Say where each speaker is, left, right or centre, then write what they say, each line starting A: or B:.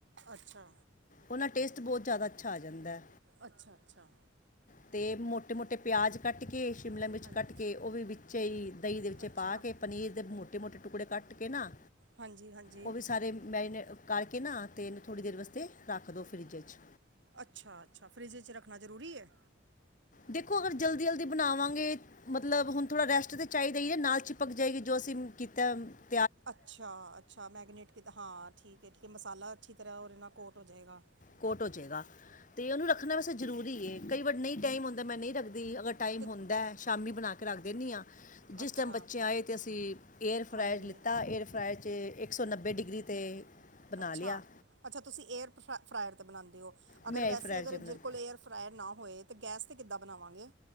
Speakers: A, on the right; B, on the left.
A: ਅਛਾ।
B: ਉਹਨਾਂ ਟੇਸਟ ਬਹੁਤ ਜ਼ਿਆਦਾ ਅੱਛਾ ਆ ਜਾਂਦਾ।
A: ਅੱਛਾ, ਅੱਛਾ।
B: ਅਤੇ ਮੋਟੇ, ਮੋਟੇ ਪਿਆਜ਼ ਕੱਟ ਕੇ, ਸ਼ਿਮਲਾ ਮਿਰਚ
A: ਹਾਂਜੀ
B: ਕੱਟ ਕੇ, ਉਹ ਵੀ ਵਿੱਚ ਹੀ ਦਹੀਂ ਦੇ ਵਿੱਚ
A: ਅੱਛਾ
B: ਪਾ ਕੇ। ਪਨੀਰ ਦੇ ਮੋਟੇ, ਮੋਟੇ ਟੁਕੜੇ ਕੱਟ ਕੇ ਨਾ
A: ਹਾਂਜੀ ਹਾਂਜੀ
B: ਉਹ ਵੀ ਸਾਰੇ ਮੈਂਰੀਨੇ ਕਰਕੇ ਨਾ ਅਤੇ ਇਹਨੂੰ ਥੋੜ੍ਹੀ ਦੇਰ ਵਾਸਤੇ ਰੱਖ ਦਿਉ ਫਰਿੱਜਰ 'ਚ।
A: ਅੱਛਾ, ਅੱਛਾ ਫਰਿੱਜ 'ਚ ਰੱਖਣਾ ਜ਼ਰੂਰੀ ਹੈ।
B: ਦੇਖੋ ਅਗਰ ਜਲਦੀ, ਜਲਦੀ ਬਣਾਵਾਂਗੇ। ਮਤਲਬ ਹੁਣ ਥੋੜ੍ਹਾ ਰੈਸਟ ਤਾਂ ਚਾਹੀਦਾ ਹੀ ਨਾ ਨਾਲ ਚਿਪਕ ਜਾਏਗੀ ਜੋ ਅਸੀਂ ਕੀਤਾ ਏ।
A: ਅੱਛਾ, ਅੱਛਾ ਮੈਰਿਨੇਟ ਕੀਤਾ ਹਾਂ ਠੀਕ ਹੈ, ਠੀਕ ਹੈ ਮਸਾਲਾ ਅੱਛੀ ਤਰ੍ਹਾਂ ਔਰ ਇਹ ਨਾਲ ਕੋਟ ਹੋ ਜਾਵੇਗਾ।
B: ਕੋਟ ਹੋ ਜਾਏਗਾ। ਤੇ ਉਹਨੂੰ ਰੱਖਣਾ ਵੈਸੇ ਜ਼ਰੂਰੀ ਹੈ, ਕਈ ਵਾਰ ਨਹੀਂ ਟਾਈਮ ਹੁੰਦਾ ਮੈਂ ਨਹੀਂ ਰੱਖਦੀ, ਅਗਰ ਟਾਈਮ
A: ਤੇ
B: ਹੁੰਦਾ ਸ਼ਾਮੀ ਬਣਾ ਕੇ ਰੱਖ ਦਿੰਦੀ ਆ, ਜਿਸ
A: ਅੱਛਾ
B: ਟਾਈਮ ਬੱਚੇ ਆਏ ਅਤੇ ਅਸੀਂ ਏਅਰਫਰਾਈ
A: ਹਾਂਜੀ
B: ਲਿੱਤਾ ਏਅਰਫਰਾਈ 'ਚ ਇੱਕ ਇੱਕ ਸੌ ਨੱਬੇ ਡਿਗਰੀ 'ਤੇ ਬਣਾ
A: ਅੱਛਾ,
B: ਲਿਆ
A: ਅੱਛਾ ਤੁਸੀਂ ਏਅਰ ਫ ਫਰਾਇਰ 'ਤੇ ਬਣਾਉਂਦੇ ਹੋ, ਅਗਰ
B: ਮੈਂ
A: ਵੈਸੇ
B: ਫਰਾਇਰ
A: ਅਗਰ
B: 'ਚ ਬਣਾ
A: ਜੇ ਕੋਲ ਏਅਰ ਫਰਾਇਰ ਨਾ ਹੋਏ ਤੇ ਗੈਸ ਤੇ ਕਿੱਦਾਂ ਬਣਾਵਾਂਗੇ?